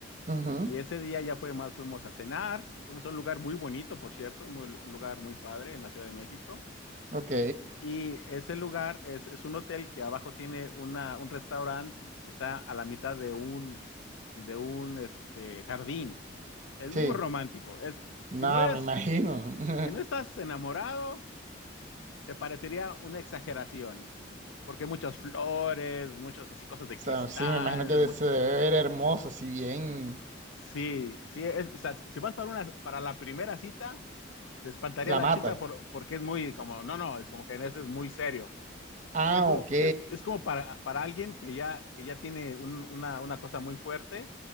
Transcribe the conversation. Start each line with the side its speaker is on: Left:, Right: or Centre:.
Right: Ujú,
Left: y ese día ya fue más fuimos a cenar, fuimos a un lugar muy bonito, por cierto, muy, un lugar muy padre en la Ciudad de México.
Right: Ok,
Left: Y ese lugar es, es un hotel que abajo tiene una, un restaurante que está a la mitad de un, de un este, jardín. Es
Right: sí.
Left: muy romántico. Es,
Right: Nada,
Left: si no eres,
Right: me imagino. <laughs>
Left: si no estás enamorado, te parecería una exageración, porque hay muchas flores, muchas así cosas de
Right: O
Left: cristal.
Right: sea, sí, me imagino que
Left: mu-
Right: se debe ver hermoso,
Left: Sí,
Right: si bien
Left: sí, sí, es- o sea, si vas para una, para la primera cita, te espantaría
Right: la
Left: la
Right: matas.
Left: chica por, porque es muy como, no, no, es como que en ese es muy serio.
Right: Ah,
Left: es como,
Right: ok.
Left: es, es como para, para alguien que ya, que ya tiene un- una, una cosa muy fuerte